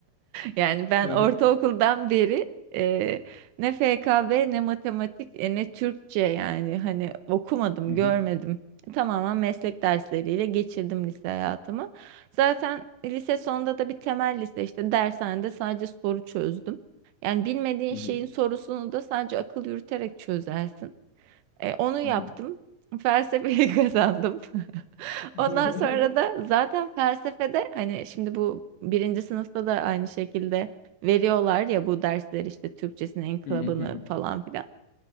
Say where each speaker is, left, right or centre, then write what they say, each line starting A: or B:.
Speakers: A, on the right; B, on the left.
A: Yani ben
B: Hı
A: ortaokuldan beri e, ne FKB ne matematik e, ne Türkçe yani hani okumadım,
B: hı,
A: görmedim. Tamamen meslek dersleriyle geçirdim lise hayatımı. Zaten lise sonunda da bir temel lise işte dershanede sadece soru çözdüm. Yani bilmediğin
B: hı
A: şeyin
B: hı,
A: sorusunu da sadece akıl yürüterek çözersin. E, onu yaptım.
B: hı hı.
A: Felsefeyi <laughs> kazandım.
B: <laughs>
A: Ondan sonra da zaten felsefede hani şimdi bu birinci sınıfta da aynı şekilde veriyorlar ya bu dersler işte Türkçesinin inkılabını
B: Hı hı, hı hı,
A: falan filan.